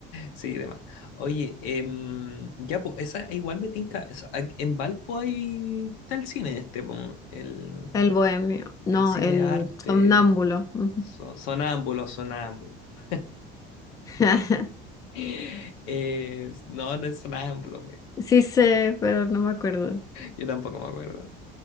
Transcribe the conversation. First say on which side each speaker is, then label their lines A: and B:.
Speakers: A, on the left; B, on the left.
A: Sí, demás. Oye, em, ya, pues, esa igual me tinca. esa- a- en Valpo hay, está el cine este, po, el,
B: El bohemio, no,
A: el cine
B: el
A: arte,
B: somnámbulo. Ujú.
A: so- sonámbulo, sonámbulo. <gasps>
B: <laughs>
A: <laughs> Eh, no, no es sonámbulo, pues
B: Sí sé, pero no me acuerdo.
A: Yo tampoco me acuerdo.